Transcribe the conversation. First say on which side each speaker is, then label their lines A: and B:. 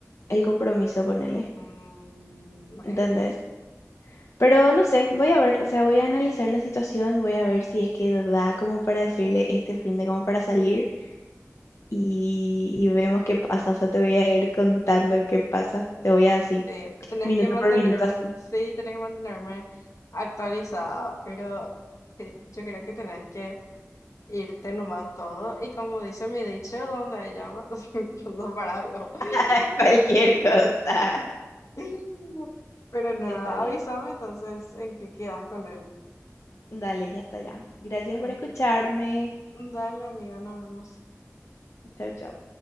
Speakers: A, on the left; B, on the left.
A: el compromiso, ponele,
B: Mm,
A: ¿entendés?
B: entiendo.
A: Pero no sé, voy a ver, o sea, voy a analizar la situación, voy a ver si es que da como para decirle este fin de como para salir. y, y vemos qué pasa. O sea, te voy a ir contando qué pasa. Te voy a así,
B: Sí, tenés
A: minuto
B: que mantenerme,
A: por minuto, así,
B: sí, tenés que mantenerme actualizada, pero que- yo creo que tenés que irte nomás todo. Y como dice mi dicho, donde hay llamas, <laughs> no para algo. <laughs>
A: <laughs> cualquier cosa.
B: Pero nada,
A: Está bien.
B: avísame entonces en qué quedas con él.
A: Dale, ya está ya. Gracias por
B: Este,
A: escucharme.
B: Dale, amiga, nos vemos.
A: Chau, chau.